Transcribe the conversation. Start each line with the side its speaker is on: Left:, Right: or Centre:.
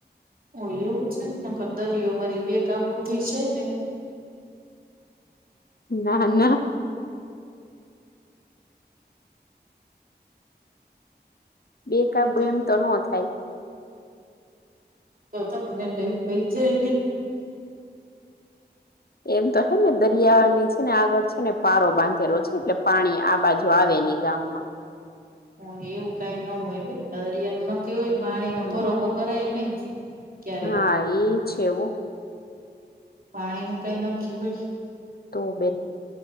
Right: ઓ એવું છે. નકર દરિયો વરી બે કાબુ થઈ જાય ને.
Left: ના, ના બે કાબુ
Right: તો
Left: એમ તો ન થાય.
Right: તો તમને લઈ લઈ જાય નને
Left: એમ તો હે ને દરિયાની ને આગળ છે ને પારો બાંધેલો છે. એટલે પાણી આ બાજુ આવે નહી ગામમાં.
Right: હ એવું કઈ ન હોય કે દરિયા ન નકી હોય
Left: હમ
Right: પાણી નો ભરોહો કરાય નહી ક્યારેક
Left: હા એ છેવો.
Right: પાણી નું કઈ નક્કી હોય.
Left: તો બેન